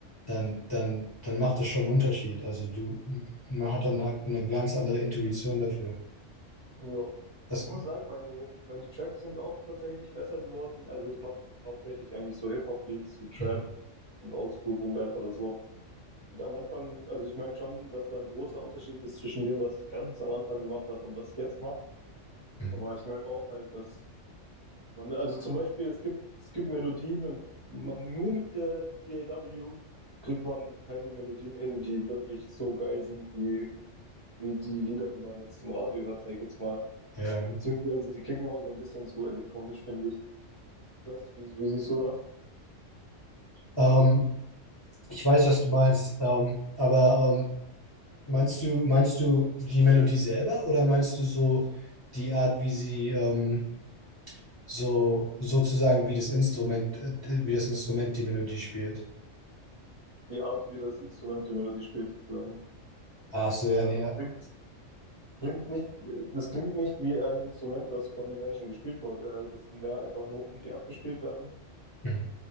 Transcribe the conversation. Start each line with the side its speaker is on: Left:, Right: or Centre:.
Left: dann, dann, dann macht das schon einen Unterschied. Also du, man hat dann eine, eine ganz andere Intuition dafür.
Right: Ja,
Left: Das,
Right: also ich muss sagen, meine, meine Tracks sind auch tatsächlich besser geworden. Also ich mache hauptsächlich eigentlich so Hip-Hop-Beats, so Trap
Left: Mhm.
Right: und Oldschool Boom Bap oder so. Und am Anfang, also ich merke schon, dass da ein großer Unterschied ist zwischen dem, was ich ganz am Anfang gemacht habe und was ich jetzt mache.
Left: Mhm.
Right: Aber ich merke auch halt, dass man, also zum Beispiel, es gibt, es gibt Melodien und man nur mit der DAW kriegt man keine Melodien hin, die wirklich so geil sind wie, wie die Lieder, die man jetzt im Radio hört, sag ich jetzt mal.
Left: ja.
Right: Beziehungsweise die klingen immer so ein bisschen zu elektronisch, finde ich. Weißt du, wie, wie siehst du das?
Left: Ähm, ich weiß, was du meinst, ähm, aber ähm, Meinst du, meinst du die Melodie selber oder meinst du so die Art, wie sie ähm, so sozusagen wie das Instrument, äh, wie das Instrument die Melodie spielt?
Right: Die Art, wie das Instrument die Melodie spielt, sozusagen.
Left: Ach so, ja,
Right: Also
Left: nee. ja.
Right: es klingt, klingt nicht, das klingt nicht wie ein Instrument, das von einem Menschen gespielt wurde. Halt, das sind mehr einfach Noten, die abgespielt werden.
Left: Mhm.